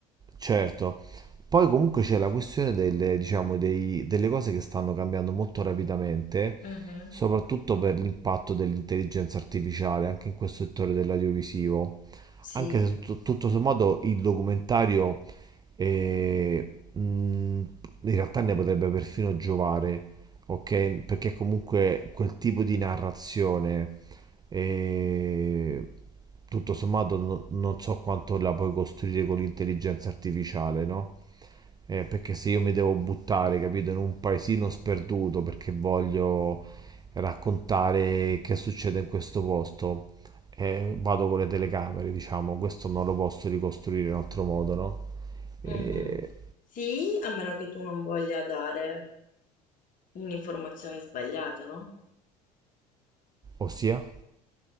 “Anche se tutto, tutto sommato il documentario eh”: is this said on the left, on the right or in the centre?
Right